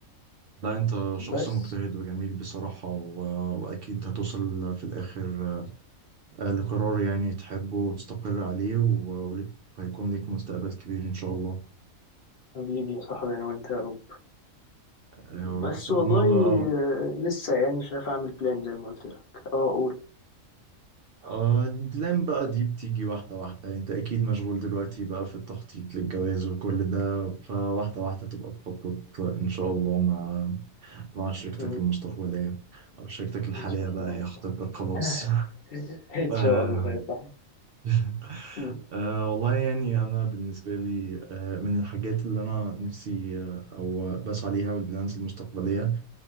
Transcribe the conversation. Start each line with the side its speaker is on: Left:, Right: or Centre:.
Right: لا انت شخص
Left: بس
Right: مجتهد وجميل بصراحه و... واكيد هتوصل في الاخر آه، لقرار يعني تحبه وتستقر عليه و... وليك هيكون ليك مستقبل كبير إن شاء الله
Left: حبيبي يا صاحبي أنا وأنت يا رب
Right: آه، يا
Left: بس
Right: رب أنا
Left: والله
Right: بقى
Left: آه، لسه يعني شايف أعمل بلان زي ما قلت لك أه
Right: آه لين بقى دي بتيجي واحدة واحدة انت اكيد مشغول دلوقتي بقى في التخطيط للجواز وكل ده فواحدة واحدة تبقى تخطط ان شاء الله مع مع شريكتك
Left: أقول
Right: المستقبلية او شريكتك الحالية
Left: ان شاء
Right: بقى
Left: الله
Right: هي
Left: يا صاحبي
Right: خطيبتك خلاص
Left: <laughs>
Right: <laughs>
Left: ان
Right: آه
Left: شاء الله يا صاحبي
Right: <laughs>
Left: م-
Right: آه والله يعني انا بالنسبة لي آه من الحاجات اللي انا نفسي آه او بسعى ليها والبلانز المستقبلية